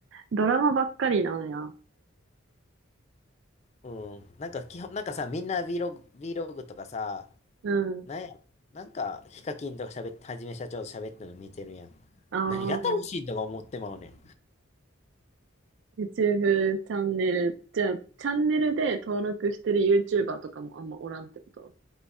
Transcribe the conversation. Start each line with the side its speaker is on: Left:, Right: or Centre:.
Right: ドラマばっかりなんや。
Left: うん。なんか基本、なんかさ、みんな Vlog、Vlog とかさ、
Right: うん。
Left: なんや、なんか、ヒカキンとか喋って、はじめ社長と喋ってるの見てるやん。
Right: ああ。
Left: 何が楽しいとか思ってまうねん。
Right: YouTube チャンネル。じゃあ、チャンネルで登録してる YouTuber とかもあんまおらんってこと